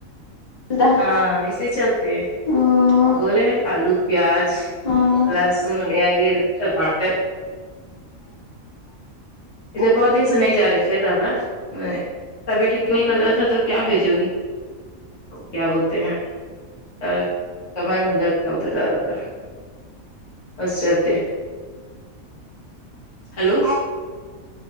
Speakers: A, on the left; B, on the left.
A: ملتا ہے
B: ہاں اسے چلتے
A: او
B: بولے ہیں آلو پیاز
A: ہاں
B: لہسن لے آئیے ٹماٹر بہت دن س نہیں جا رہے تھے دادا میں طبیعت ٹھیک نہیں لگ رہا تھا تو کیا بھیجو گی کیا بولتے ہیں ا کمر میں درد تھا ادھر دادا کا بس چلتے ہلو